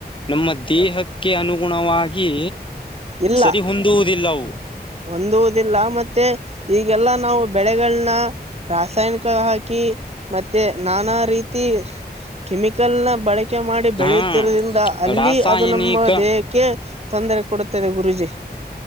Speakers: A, on the left; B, on the right.
A: ನಮ್ಮ ದೇಹ. ಕೆ ಅನುಗುಣವಾಗಿ
B: ಇಲ್ಲ
A: ಸರಿ ಹೊಂದುವುದಿಲ್ಲವು.
B: ಹೊಂದುವುದಿಲ್ಲ ಮತ್ತೆ ಈಗೆಲ್ಲ ನಾವು. ಬೆಳೆಗಳನಾ ರಾಸಾಯನಿಕ ಹಾಕಿ ಮತ್ತೆ ನಾನಾ ರೀತಿ. ಕೆಮಿಕಲ್ನ ಬಳಕೆ ಮಾಡಿ ಬೆಳೆಯುತ್ತಿರೋದ್ರಿಂದ
A: ಹಾ
B: ಅಲ್ಲಿ
A: ರಾಸಾಯನಿಕ
B: ಅದು ನಮ್ಮ ದೇಹಕ್ಕೆ. ತೊಂದರೆ ಕೊಡುತ್ತದೆ ಗುರೂಜಿ.